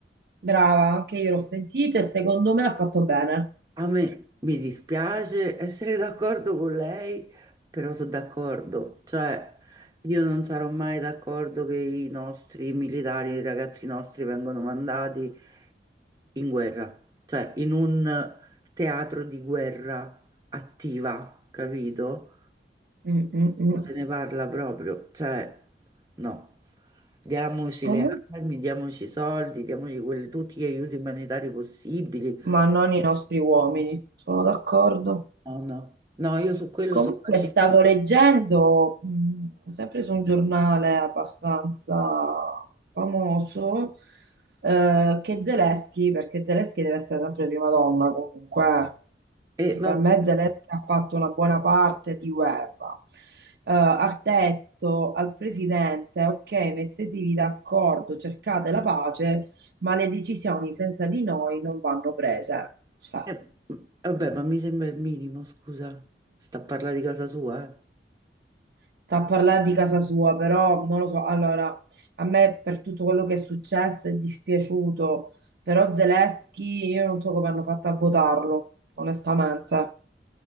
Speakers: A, on the right; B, on the right.
A: Brava, anche io l'ho sentita e secondo me ha fatto bene.
B: A me mi dispiace essere d'accordo con lei, però sono d'accordo, cioè io non sarò mai d'accordo che i nostri militari, i ragazzi nostri vengano mandati in guerra, cioè in un teatro di guerra attiva, capito?
A: Mm, mm, mm.
B: Non se ne parla proprio, cioè no. Diamoci
A: Comun-
B: le armi, diamoci i soldi, diamoci quel- tutti gli aiuti umanitari possibili.
A: ma non i nostri uomini, sono d'accordo.
B: No, no, no, io su quello
A: Comunque
B: sono pacifista.
A: stavo leggendo, mh, sempre su un giornale abbastanza famoso, eh, che Zelensky, perché Zelensky deve essere sempre prima donna comunque,
B: E
A: e per
B: vabbè,
A: me Zelensky ha fatto una buona parte di guerra, eh, ha detto al presidente, ok, mettetevi d'accordo, cercate la pace, ma le decisioni senza di noi non vanno prese. Cioè,
B: eh, vabbè, ma mi sembra il minimo, scusa. Sta a parlare di casa sua, eh.
A: Sta a parlare di casa sua, però non lo so. Allora, a me per tutto quello che è successo è dispiaciuto, però Zelensky io non so come hanno fatto a votarlo, onestamente.